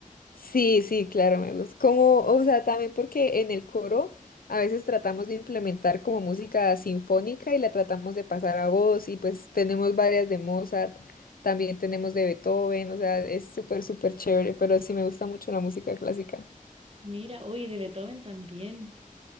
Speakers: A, on the left (about 85°); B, on the right (about 40°).
A: Sí, sí, claro, me gusta. Como, o sea, también porque en el coro a veces tratamos de implementar como música sinfónica y la tratamos de pasar a voz y pues tenemos varias de Mozart, también tenemos de Beethoven, o sea, es súper, súper chévere, pero sí me gusta mucho la música clásica.
B: Mira, oye, de Beethoven también.